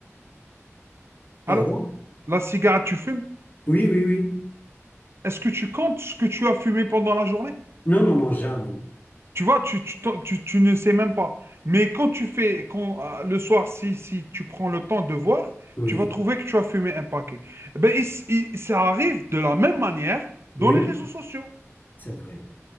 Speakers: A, on the left (about 35°); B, on the right (about 55°).
A: Pardon?
B: Allô? La cigarette, tu fumes?
A: Oui, oui, oui.
B: Est-ce que tu comptes ce que tu as fumé pendant la journée?
A: Non, non, non, jamais.
B: Tu vois, tu, tu, t'en- tu- tu ne sais même pas. Mais quand tu fais, quand, euh, le soir, si, si tu prends le temps de voir,
A: Oui.
B: tu vas trouver que tu as fumé un paquet. Eh Ben, il s- il- ça arrive de la même manière dans
A: Oui.
B: les réseaux sociaux.
A: C'est vrai.